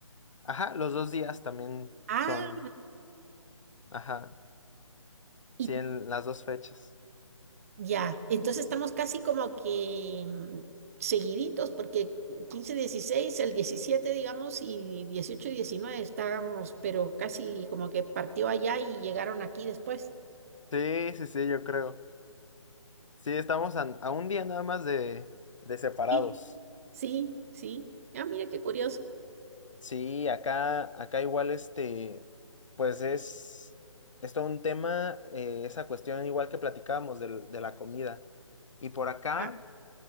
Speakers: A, on the left; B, on the right.
A: Ajá, los dos días también
B: Ah,
A: son, ajá,
B: ¿y
A: sí, en las dos fechas.
B: Ya, entonces estamos casi como que mm, seguiditos, porque 15, 16, el 17, digamos, y 18 y 19 estábamos, pero casi como que partió allá y llegaron aquí después.
A: Sí, sí, sí, yo creo. Sí, estamos a, a un día nada más de, de separados.
B: Sí, sí, sí. Ah, mira qué curioso.
A: Sí, acá, acá igual este, pues es, es todo un tema, eh, esa cuestión igual que platicábamos del- de la comida. Y por acá.
B: Ah,